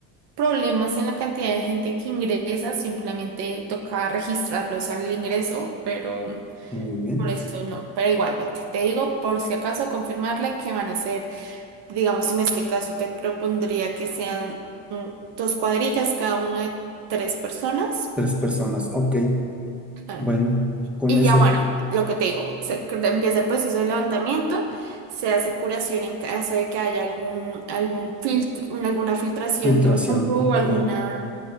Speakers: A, on the right; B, in the centre.
A: problemas en la cantidad de gente que ingresa, simplemente toca registrarlos al ingreso, pero...
B: muy bien.
A: Por eso no, pero igualmente, te digo por si acaso confirmarle que van a ser, digamos en este caso te propondría que sean mm, dos cuadrillas, cada una de tres personas.
B: Tres personas, ok,
A: Claro.
B: bueno, con
A: Y
B: eso,
A: ya bueno, lo que te digo, se cr- empieza el proceso de levantamiento, se hace curación en caso de que haya algún, algún filtro, alguna filtración
B: filtración,
A: de un hongo
B: ok,
A: o alguna